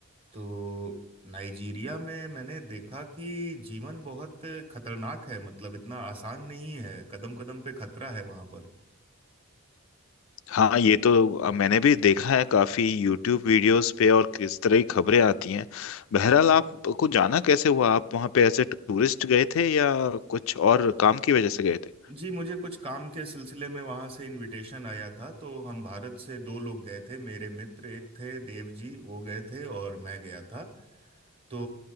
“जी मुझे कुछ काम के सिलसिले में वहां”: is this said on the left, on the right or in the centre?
Right